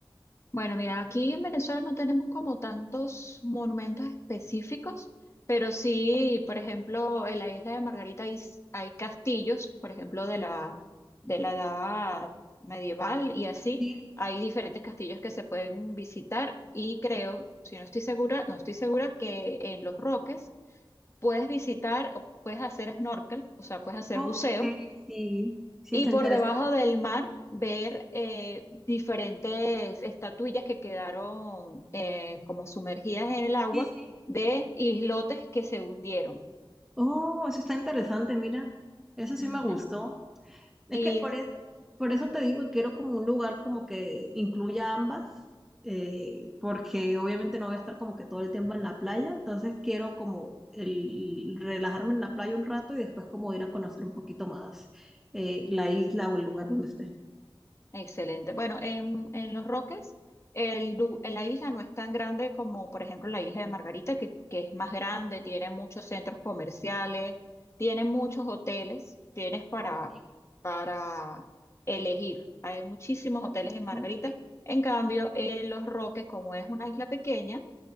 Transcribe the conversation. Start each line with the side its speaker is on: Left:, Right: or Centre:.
Left: Bueno, mira, aquí en Venezuela no tenemos como tantos monumentos específicos, pero sí, por ejemplo, en la isla de Margarita hay, s- hay castillos, por ejemplo, de la, de la edad medieval y así.
Centre: Sí.
Left: Hay diferentes castillos que se pueden visitar y creo, si no estoy segura, no estoy segura que en Los Roques puedes visitar, o puedes hacer snorkel, o sea, puedes hacer
Centre: Ok,
Left: buceo
Centre: sí. Sí,
Left: y
Centre: está
Left: por
Centre: interesante.
Left: debajo del mar ver eh, diferentes estatuillas que quedaron eh, como sumergidas en el agua
Centre: Sí, sí.
Left: de islotes que se hundieron.
Centre: Oh, eso está interesante, mira. Eso sí
Left: Ujú.
Centre: me gustó. Es
Left: Y
Centre: que por eso, por eso te digo que quiero como un lugar como que incluya ambas, eh, porque obviamente no voy a estar como que todo el tiempo en la playa, entonces quiero como el, relajarme en la playa un rato y después como ir a conocer un poquito más eh, la isla o el lugar donde esté.
Left: Excelente. Bueno, en, en Los Roques, el, lu- la isla no es tan grande como, por ejemplo, la isla de Margarita, que, que es más grande, tiene muchos centros comerciales, tiene muchos hoteles, tienes para,
Centre: Sí.
Left: para elegir. Hay muchísimos hoteles en Margarita.
Centre: Ok.
Left: En cambio, en Los Roques, como es una isla pequeña,